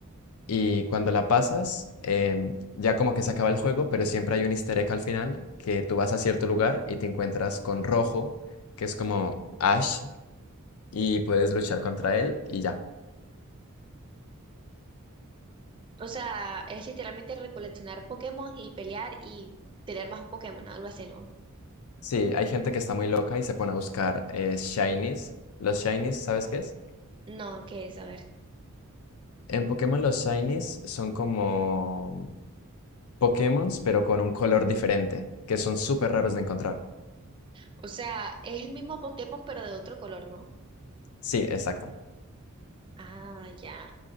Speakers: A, on the left; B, on the right.
A: y cuando la pasas, em, ya como que se acaba el juego, pero siempre hay un easter egg al final que tú vas a cierto lugar y te encuentras con Rojo, que es como Ash, y puedes luchar contra él y ya.
B: O sea, es literalmente recoleccionar Pokémon y pelear y tener más Pokémon, algo así, ¿no?
A: Sí, hay gente que está muy loca y se pone a buscar eh, Shinies. ¿Los Shinies, sabes qué es?
B: No, ¿qué es? A ver.
A: En Pokémon los Shinies son como Pokémons, pero con un color diferente, que son súper raros de encontrar.
B: O sea, es el mismo Pokémon pero de otro color, ¿no?
A: Sí, exacto.
B: Ah, ya.